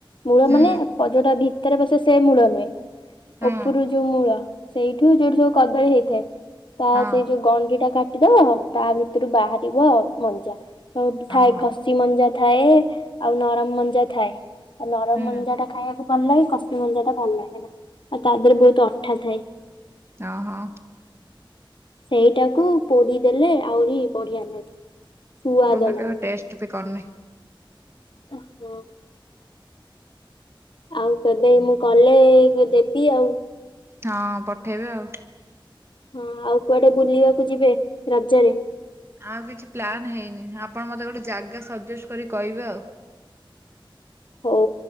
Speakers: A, on the left; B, on the right.
A: ମୂଳ
B: ହୁଁ
A: ମାନେ ପ ଯୋଉଟା ଭିତରେ ବସେ ସେ ମୂଳ ନୁହେଁ
B: ହଁ
A: ଉପରୁ ଯୋଉ ମୂଳ ସେଇଠୁ ଯୋଉଠି ଯୋଉ କଦଳୀ ହେଇଥାଏ ତା
B: ହଁ
A: ସେଇ ଯୋଉ ଗଣ୍ଡି ଟା କା କାଟିଦବ ତା ଭିତରୁ ବାହାରିବ ମଞ୍ଜା ତ ଥାଏ
B: ଓହୋ।
A: ଖସ ଚି ମଞ୍ଜା ଥାଏ ଆଉ ନରମ ମଞ୍ଜା ଥାଏ ନରମ
B: ହୁଁ
A: ମଞ୍ଜା ଟା ଖାଇବାକୁ ଭଲ ଲାଗେ କସି ମଞ୍ଜା ଟା ଭଲ ଲାଗେ ନା ଆଉ ତା ଦେରେ ବହୁତ୍ ଅଠା ଥାଏ।
B: ଅଁ ହଁ।
A: ସେଇଟାକୁ ପୋଡ଼ି ଦେଲେ ଆହୁରି ବଢ଼ିଆ ଲାଗେ। ସୁଆଦ
B: ମୁଁ ତ
A: ଲାଗେ।
B: କେବେ ଟେଷ୍ଟ ବି କରି ନିହି।
A: ଓହୋ। ଆଉ କେବେ ମୁଁ କଲେ ଦେବି ଆଉ।
B: ହଁ ପଠେଇବେ ଆଉ।
A: ହଁ ଆଉ କୁଆଡେ ବୁଲିବାକୁ ଯିବେ ରଜରେ?
B: ଆଉ କିଛି ପ୍ଲାନ୍ ହେଇନି ଆପଣ ମତେ ଗୋଟେ ଜାଗା ସଜେଷ୍ଟ କରି କହିବେ ଆଉ।
A: ହଉ